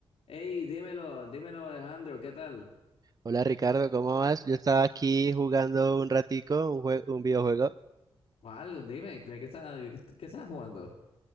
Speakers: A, on the left; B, on the right.
A: Hey, dímelo, dímelo Alejandro, ¿qué tal?
B: Hola Ricardo, ¿cómo vas? Yo estaba aquí jugando un ratico, un jue- un videojuego.
A: ¿Cuál? Dime, ¿de qué estás, qué estás jugando?